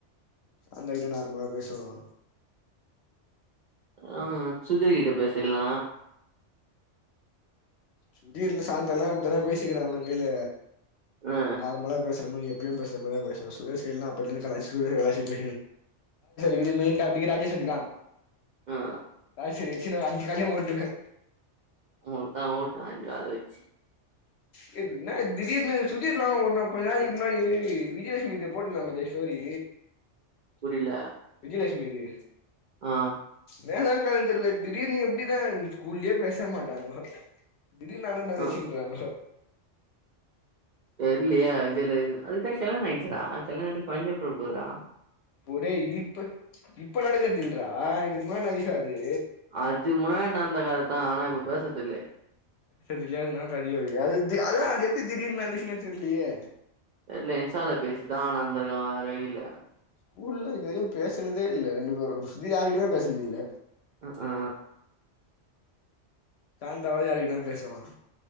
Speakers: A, on the left (about 65°); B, on the right (about 60°).
A: அந்த <unintelligible> நார்மலா பேசுவோ
B: ஆ சுதிர் கிட்ட பேசில்லா
A: திடீர்னு சாந்தான இப்டித்தானே பேசிக்கிறா அவனுக கையில
B: ஆ
A: நார்மலா பேச இந்தமாரி எப்புயு பேசற மாரி தா பேசற சுரேஷ் கைல எல்லா அப்டி இருந்து கலாய்ச்சு <unintelligible> இது மெயின் அக்கா பி ராஜேஸ்வரிதா
B: ஆ
A: ராஜேஸ்வரி வச்சு ஒரு அஞ்சு கால்லையு ஓட்டுவே
B: ஓட்டுன்னா ஓட்டு அஞ்சு கால வச்சு
A: ஏ என்ன திடீர்னு சுதீப்லா ஒரு நா கொஞ்ச நாளைக்கி முன்னாடி விஜயலட்சுமி இத போட்டுருந்தா பாத்தியா ஸ்டோரி
B: புரில
A: விஜயலட்சுமி இது
B: ஆ
A: மேக கலஞ்சர்ல திடீர்னு எப்டி தா ஸ்கூல்லயே பேச மாட்டாங்கோ திடீர்னு அண்ண தங்கச்சின்றாங்கோ
B: ஆ தெர்லயே விஜயலட் அதுக்குதா கல்யாண ஆயிடுச்சேடா கல்யாண ஆயிட்டு கொழந்தையே பொறக்கபோதுடா
A: போ டேய் இது இப்ப இப்ப நடக்கதில்றா இதுக்கு முன்னா நடந்ததுடா இது
B: அதுக முன்னாடி நடந்த கததா ஆனா இப்ப பேசதில்லையே
A: செரி இல்லயா <unintelligible> அது அதா அது எப்டி திடீர்னு நடந்துச்சுன்னே தெர்லியே
B: தெர்ல இன்ஸ்டால பேசிதா ஆனா இருந்திருக்காங்க <unintelligible> இல்ல
A: ஸ்கூல்லல இதுவரையு பேசுனதே இல்ல ரெண்டு பேரு இது யாரிக்கிட்டமே பேசினது இல்ல
B: அ ஆ
A: காந்தாவா யார்க்கிட்னா பேசுவா